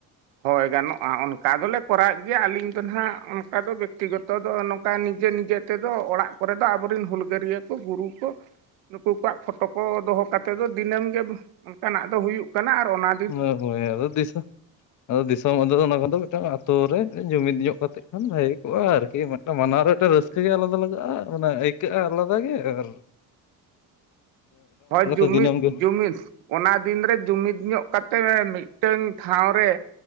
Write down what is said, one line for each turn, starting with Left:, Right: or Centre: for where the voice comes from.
Right: ᱦᱚᱭ ᱜᱟᱱᱚᱜᱼᱟ ᱚᱱᱠᱟ ᱫᱚᱞᱮ ᱠᱚᱨᱟᱣᱮᱫ ᱜᱮᱭᱟ ᱟᱹᱞᱤᱧ ᱫᱚ ᱱᱟᱦᱟᱜ ᱚᱱᱠᱟ ᱫᱚ ᱵᱮᱠᱛᱤᱜᱚᱛᱚ ᱫᱚᱝᱠᱟᱼᱼ ᱚᱱᱠᱟ ᱱᱤᱡᱮ ᱱᱤᱡᱮ ᱛᱮᱫᱚ ᱚᱲᱟᱜ ᱠᱚᱨᱮ ᱫᱚ ᱟᱵᱚᱨᱮᱱ ᱦᱩᱞᱜᱟᱹᱨᱭᱟᱹ ᱠᱚ ᱜᱩᱨᱩ ᱠᱚ ᱾ ᱱᱩᱠᱩ ᱠᱚᱣᱟᱜ ᱯᱷᱳᱴᱳ ᱠᱚ ᱫᱚᱦᱚ ᱠᱟᱛᱮᱫ ᱫᱚ ᱫᱤᱱᱟᱹᱢ ᱜᱮ ᱚᱱᱠᱟᱱᱟᱜ ᱫᱚ ᱦᱩᱭᱩᱜ ᱠᱟᱱᱟ ᱟᱨ ᱚᱱᱟᱼᱼ
Left: ᱦᱚᱭ ᱦᱚᱭ ᱟᱫᱚ ᱫᱤᱥᱟᱹᱼᱼ ᱟᱫᱚ ᱫᱤᱥᱚᱢ ᱟᱫᱚ ᱚᱱᱟ ᱠᱚᱫᱚ ᱢᱤᱫᱴᱟᱝ ᱟᱛᱳ ᱨᱮ ᱡᱩᱢᱤᱫ ᱧᱚᱜ ᱠᱟᱛᱮᱫ ᱠᱷᱟᱱ ᱵᱷᱟᱹᱜᱤ ᱠᱚᱜᱼᱟ ᱟᱨᱠᱤᱼᱼ ᱢᱟᱱᱟᱣ ᱨᱮ ᱢᱤᱫᱴᱟ ᱨᱟᱹᱥᱠᱟᱹ ᱜᱮ ᱟᱞᱟᱫᱟ ᱞᱟᱜᱟᱜᱼᱟ ᱢᱟᱱᱮ ᱟᱹᱭᱠᱟᱹᱜᱼᱟ ᱟᱞᱟᱫᱟ ᱜᱮ ᱟᱨᱼᱼ
Right: ᱦᱳᱭ ᱡᱩᱢᱤᱫ
Left: ᱫᱤᱱᱟᱹᱢ ᱜᱮ
Right: ᱡᱩᱢᱤᱫ᱾ ᱚᱱᱟ ᱫᱤᱱᱨᱮ ᱡᱩᱢᱤᱫ ᱧᱚᱜ ᱠᱟᱛᱮᱫ ᱢᱤᱫᱴᱟᱝ ᱴᱷᱟᱶ ᱨᱮᱼᱼ